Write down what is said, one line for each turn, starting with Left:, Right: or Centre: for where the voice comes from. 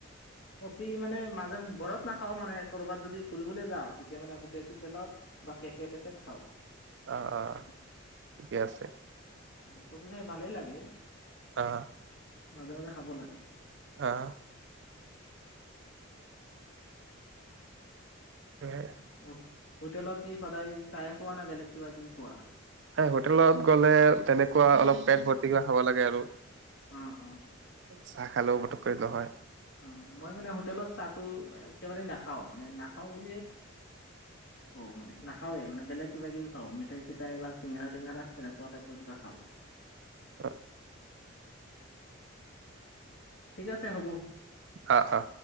Left: কফি মানে মাজে ঘৰত নাখ খাও মানে কৰ'ৰবাত যদি ফুৰিবলৈ যাওঁ তেতিয়া মানে হোটেল চোটেলত বা কেফে টেফেত খাও
Right: অ অ ঠিকে আছে
Left: অ কপ খাই ভালেই লাগে
Right: অ
Left: মাজে মাজে খাব লাগে
Right: আহ হয়
Left: আৰু হোটেলত কি সদায় চাই খোৱা নে বেলেগ কিবা কিবি খোৱা
Right: এ হোটেলত গ'লে তেনেকুৱা অলপ পেট ভৰ্তি কৰি খাব লাগে আৰু
Left: অ অ
Right: চাহ খালেও পটককৈ নহয়
Left: অ মই মানে হোটেলত চাহটো একেবাৰে নাখাওঁ মানে নাখাওঁ বুলিয়ে অ মানে নাখাওে মানে বেলেগ কিবা কিবি খাওঁ মিঠাই চিঠাই বা চিঙৰা টেঙৰাাত তেনেকুৱা টাইপৰ কিবা খাওঁ
Right: অ
Left: ঠিক আছে হ'ব
Right: অ অ